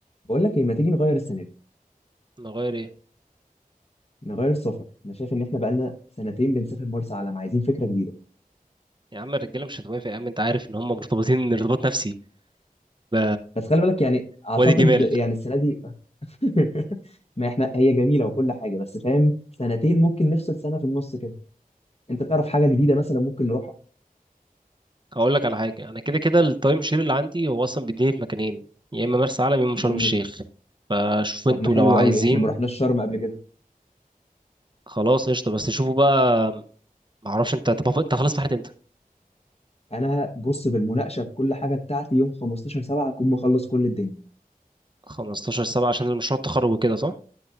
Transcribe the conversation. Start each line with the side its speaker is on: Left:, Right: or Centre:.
Left: بقول لك ايه ما تيجي نغير السنه دي
Right: نغير ايه
Left: نغير السفر انا شايف ان احنا بقالنا سنتين بنسافر مرسى علم عايزين فكره جديده
Right: يا عم الرجاله مش هتوافق يا عم انت عارف ان هم مرتبطين <laughs> ارتباط نفسي ب
Left: بس خلي بالك يعني اعتقد
Right: وادي جمال
Left: يعني السنه دي <laughs> ما احنا هي جميله وكل حاجه بس فاهم سنتين ممكن نفصل سنه في النص كده انت تعرف حاجه جديده مثلا ممكن نروحها
Right: هقول لك على حاجه انا كده كده التايم شير اللي عندي هو اصلا بيديني في مكانين يا اما مرسى علم يا اما
Left: جميل
Right: شرم الشيخ فشوفوا
Left: طب
Right: انتوا
Left: ما حلو
Right: لو عايزين
Left: قوي احنا ما رحناش شرم قبل كده
Right: خلاص قشطه بس شوفوا بقى معرفش انت طب انت خلاص في انت
Left: انا بص بالمناقشه بكل حاجه بتاعتي يوم 15 7 اكون مخلص كل الدنيا
Right: 15 7 عشان المشروع التخرج وكده صح